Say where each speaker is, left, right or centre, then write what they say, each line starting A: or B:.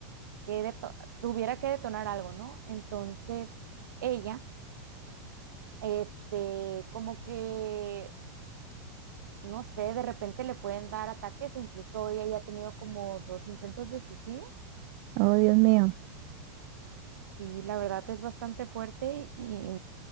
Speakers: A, on the right (about 80°); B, on the right (about 50°).
A: que deto- tuviera que detonar algo, ¿no? Entonces, ella, este, como que, no sé, de repente le pueden dar ataques. Incluso ella ya ha tenido como dos intentos de suicidio.
B: Oh, Dios mío.
A: Sí, la verdad es bastante fuerte y